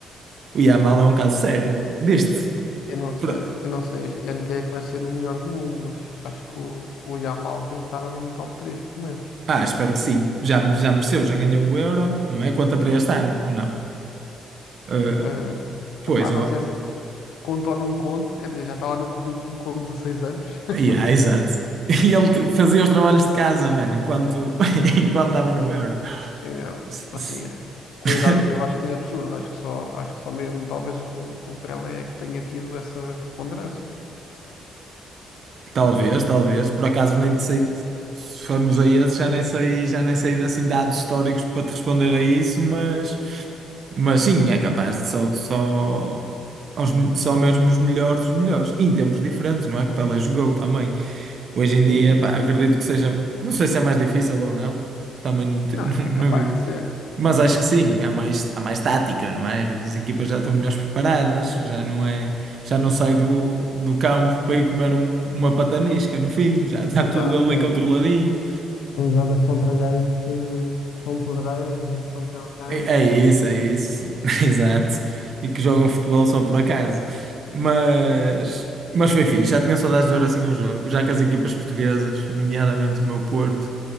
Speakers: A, on the right; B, on the left.
A: O Yamal é um caso sério deste.
B: eu não sei,
A: Pro-
B: eu não sei este ano quem é que vai ser o melhor do mundo, mas acho que o, o Yamal tem que estar ali no top 3, pelo menos.
A: Ah, espero que sim. Já, mere- já mereceu, já ganhou o Euro, não é? Conta para este ano, ou não? Ah,
B: Eh,
A: pois,
B: epá,
A: eu.
B: não sei se conto ou não conto, quer dizer, já está lá no currículo com dezasseis anos. <laughs>
A: Yeah, exato. <laughs> E ele te- fazia os trabalhos de casa, mano, enquanto <laughs> enquanto estava no
B: Sim,
A: Euro.
B: sim, é,
A: S-
B: tipo
A: s-
B: assim, é, com
A: <laughs>
B: a idade dele acho que é absurdo, acho que só, acho que só mesmo talvez o, o Pelé é que tenha tido essa preponderância.
A: Talvez, talvez. Por acaso nem te sei. Se formos a esse, já nem sei, já nem sei assim dados históricos para te responder a isso, mas, mas sim, é capaz de só, só, aos, me- só mesmo os melhores dos melhores. E em tempos diferentes, não é? Que Pelé jogou também. Hoje em dia,
B: Sim, sim.
A: pá, acredito que seja. Não sei se é mais difícil ou não. Também não, te-
B: Não,
A: <laughs> não,
B: é
A: não
B: capaz
A: vi.
B: de ser.
A: Mas acho que sim, há mais, há mais tática, não é? As equipas já estão melhores preparadas, já não é, já não sai do, do campo para ir comer um- uma patanisca no fim, já está
B: Exato.
A: tudo ali
B: é.
A: controladinho.
B: Em jogas contra gajos que, que são pedreiros e que são carteiros
A: É, é isso,
B: e não sei o quê.
A: é isso, <laughs> exato. E que jogam futebol só por acaso. Mas, mas foi fixe, já tinha saudades de ver assim um jogo, já que as equipas portuguesas, nomeadamente o meu Porto,